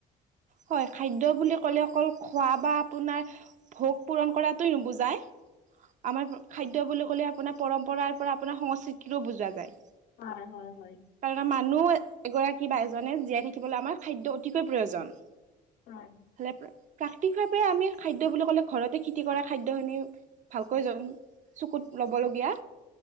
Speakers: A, on the right (about 45°); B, on the left (about 70°).
A: হয়, খাদ্য বুলি ক'লে অকল খোৱা বা আপোনাৰ ভোগ পূৰণ কৰাটোৱে নুবুজায় আমাৰ পা খাদ্য বুলি ক'লে আপোনাৰ পৰম্পৰাৰ পৰা আপোনাৰ সংস্কৃতিৰো বুজোৱা যায়।
B: হয় হয় হয়।
A: কাৰনে মানুহ এগৰাকী বা এজনে জীয়াই থাকিবলৈ আমাৰ খাদ্য অতিকৈ প্ৰয়োজন।
B: হয়।
A: হলে প্ৰা প্ৰাকৃতিকভাৱে আমি খাদ্য বুলি ক'লে ঘৰতে খেতি কৰা খাদ্যখিনি ভালকৈ চকুত ল'বলগীয়া